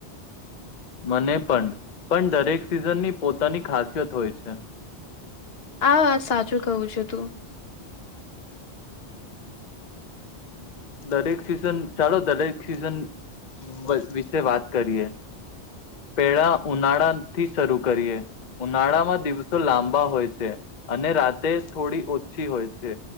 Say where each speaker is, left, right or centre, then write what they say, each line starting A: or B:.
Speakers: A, on the left (about 45°); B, on the left (about 65°).
A: મને પણ પણ દરેક સિઝનની પોતાની ખાસિયત હોય છે.
B: આ વાત સાચું કહું છું તું.
A: દરેક સિઝન ચાલો દરેક સિઝન બ વિશે વાત કરીએ. પેળા ઉનાળા થી શરૂ કરીએ. ઉનાળામાં દિવસો લાંબા હોય છે, અને રાતે થોડી ઓછી હોય છે